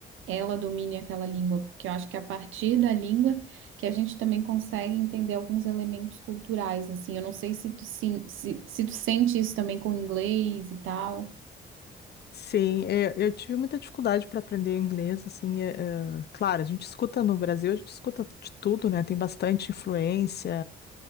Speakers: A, on the right (about 85°); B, on the left (about 55°).
A: ela domine aquela língua, porque eu acho que é a partir da língua que a gente também consegue entender alguns elementos culturais, assim. Eu não sei se tu, sim, se, se tu sente isso também com o inglês e tal.
B: Sim, eh, eu, tive muita dificuldade para aprender inglês, assim, eh, eh, claro, a gente escuta no Brasil, a gente escuta de tudo, né? Tem bastante influência,